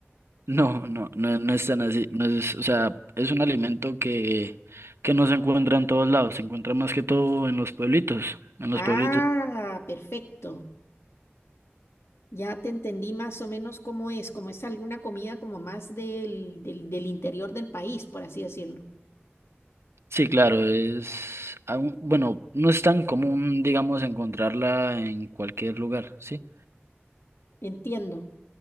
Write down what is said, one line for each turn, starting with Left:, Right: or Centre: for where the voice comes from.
Right: No, no, no, no es tan así. No es, o sea, es un alimento que, que no se encuentra en todos lados, se encuentra más que todo en los pueblitos. En los
Left: Ah,
Right: pueblitos.
Left: perfecto. Ya te entendí más o menos cómo es, como es alguna comida como más del, del, del interior del país, por así decirlo.
Right: Sí, claro, es, aún- bueno, no es tan común, digamos, encontrarla en cualquier lugar, ¿sí?
Left: Entiendo.